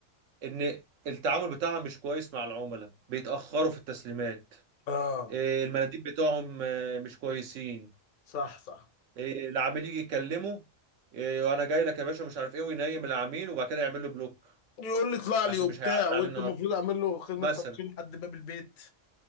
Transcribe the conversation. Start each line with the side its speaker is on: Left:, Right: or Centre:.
Right: إن التعامل بتاعها مش كويس مع العملاء بيتأخروا في التسليمات
Left: اه
Right: إيه، المناديب بتاعهم آه، مش كويسين
Left: صح صح
Right: إيه، العميل يجي يكلمه إيه، وانا جاي لك يا باشا مش عارف ايه وينيم العميل وبعد كده يعمل له بلوك
Left: يقول لي اطلع
Right: عشان
Left: لي وبتاع
Right: مش هيعدي
Left: وانت
Right: عليه النهارده
Left: المفروض اعمل له خدمة
Right: مثلا
Left: توصيل لحد باب البيت